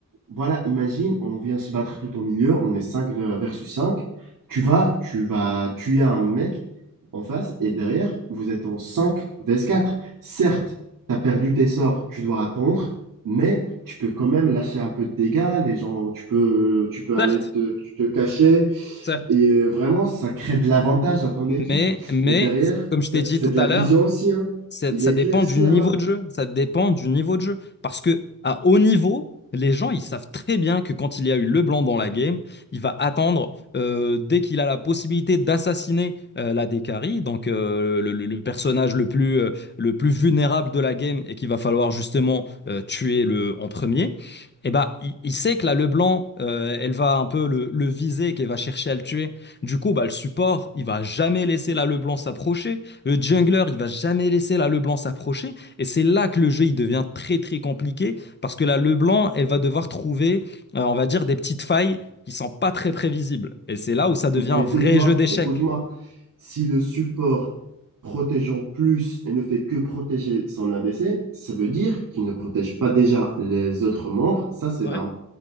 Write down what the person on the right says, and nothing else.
voilà, imagine, on vient se battre tout au milieu, on est 5 versus cinq Tu vas, tu vas tuer un mec en face et derrière, vous êtes en 5 vs quatre Certes, tu as perdu tes sorts, tu dois attendre. Mais tu peux quand même lâcher un peu de dégâts, les gens, tu peux, tu peux
aller te, te cacher.
Et euh, vraiment, ça crée de l'avantage à ton équipe.
Et derrière,
c'est
c'est
de
la vision
aussi, hein.
Il
éclaircit
la
map.
Mais
écoute-moi,
écoute-moi. Si le support protège en plus et ne fait que protéger son ADC, ça veut dire qu'il ne protège pas déjà les autres membres. Ça, c'est
d'un-